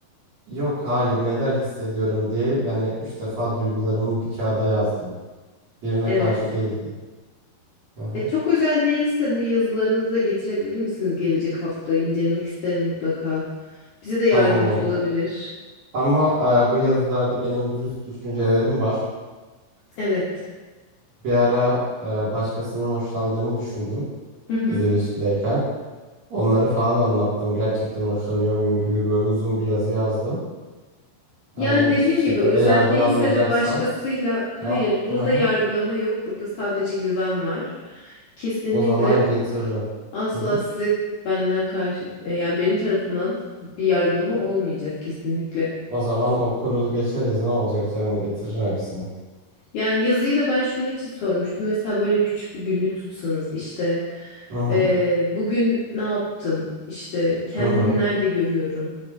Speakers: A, on the right; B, on the left.
A: yok hayır neler hissediyorum diye hani üç defa duygularımı bir kağıda yazdım. Birine
B: Evet.
A: karşı değildi. Hı hı.
B: E, çok özel değilse bu yazılarınızı da getirebilir misiniz gelecek hafta? İncelemek isterim mutlaka. Bize de yardımcı
A: Tamam olur.
B: olabilir.
A: Ama e, bu yazılarda benim dürüst düşüncelerim var.
B: Evet.
A: Bir ara e, başkasının hoşlandığımı düşündüm.
B: Hı hı.
A: biz ilişkideyken. Onları falan anlattım. Gerçekten hoşlanıyor muyum gibi böyle uzun bir yazı yazdım. Hani
B: Yani
A: hiçbir
B: dediğim
A: şekilde
B: gibi özel
A: yargılanmayacaksam
B: değilse ve başkasıyla
A: a,
B: hayır
A: aha,
B: burada yargılama yok. Burada sadece güven var. Kesinlikle
A: o zaman getiririm.
B: asla
A: Hı hı.
B: size benden karşı e, yani benim tarafımdan bir yargılama olmayacak kesinlikle.
A: O zaman okuruz geçeriz ne olacak canım getiririm hepsini.
B: Yani yazıyı da ben şunun için sormuştum. Mesela böyle küçük bir günlük tutsanız işte
A: Hı hı.
B: e, bugün ne yaptım? İşte kendimi
A: Hı hı.
B: nerede görüyorum?